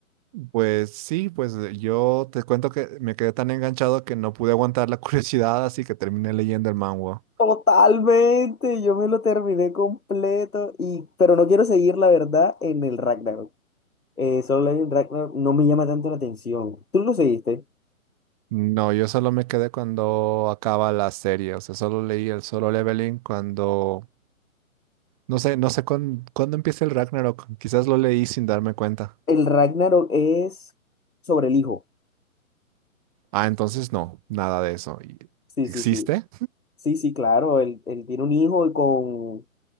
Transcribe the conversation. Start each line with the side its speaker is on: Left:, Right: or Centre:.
Right: Pues sí, pues eh, yo te cuento que me quedé tan enganchado que no pude aguantar la <laughs> curiosidad, así que terminé leyendo el manhwa.
Left: Totalmente, yo me lo terminé completo y pero no quiero seguir la verdad en el Ragnarok. Eh, Solo Leveling Ragnarok no me llama tanto la atención. ¿Tú lo seguiste?
Right: No, yo solo me quedé cuando acaba la serie, o sea, solo leí el Solo Leveling cuando, no sé, no sé cuán- cuándo empieza el Ragnarok, quizás lo leí sin darme cuenta.
Left: El Ragnarok es sobre el hijo.
Right: Ah, entonces no, nada de eso. ¿Y
Left: Sí,
Right: ¿Existe?
Left: sí, sí. Sí, sí, claro, él, él tiene un hijo con